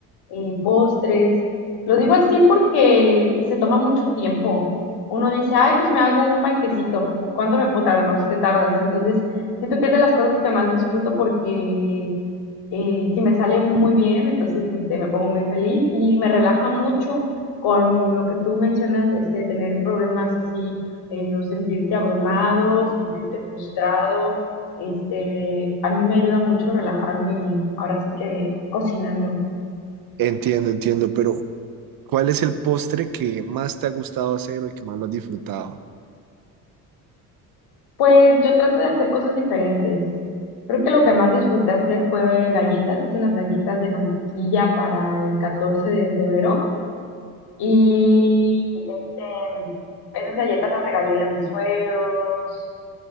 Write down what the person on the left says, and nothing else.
eh, postres. Lo digo así porque se toma mucho tiempo. Uno dice, ay, pues me hago un panquecito. ¿Cuánto me puedo tardar? No, si te tardas. Entonces, siento que es de las cosas que más disfruto porque eh, si me sale muy bien, entonces este, me pongo muy feliz y me relaja mucho con lo que tú mencionas, este, tener problemas así, eh, o sentirte abrumado, sentirte frustrado. Este, a mí me ayuda mucho relajarme ahora sí que cocinando.
Pues yo trato de hacer cosas diferentes. Creo que lo que más disfruté hacer fue galletas. Hice unas galletas de mantequilla para el catorce de febrero Y este, esas galletas las regalé a mis suegros